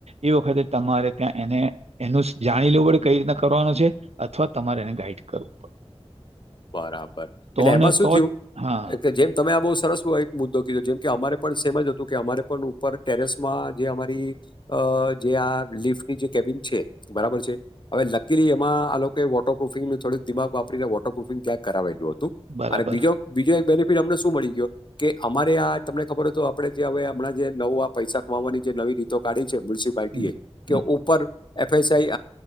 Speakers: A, on the right; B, on the left.
A: એ વખતે તમારે ત્યાં એને એનું જાણી લેવું પડે કંઈ રીતના કરવાનું છે, અથવા તમારે એને ગાઈડ કરવું પડે.
B: બરાબર,
A: તો
B: એટલે એમાં
A: ને
B: શું
A: તો
B: થયું
A: જ હા
B: કે જેમ તમે આ બહુ સરસ હોય. મુદ્દો કીધો, જેમ કે અમારે પણ સમજ હતું કે અમારે પણ ઉપર ટેરેસમાં જે અમારી અ જે આ લિફ્ટની જે કેબિન છે, બરાબર છે‌. હવે લખી રી એમાં આ લોકો વોટરપુફિંગનું થોડુંક દિમાગ વાપરી. પ્રુફિંગ ક્યાંક કરાવેલું હતું
A: બરાબર
B: અને બીજો બીજો એક બેનિફિટ અમને શ મળી ગયો. કે અમારે આ તમને ખબર તો, આપડે જે હવે હમણાં જે નવું આ પૈસા કમાવાની જે નવી રીતો કાઢી છે મ્યુસ
A: હમ
B: કે
A: હમ
B: ઉપર એફસઆઈ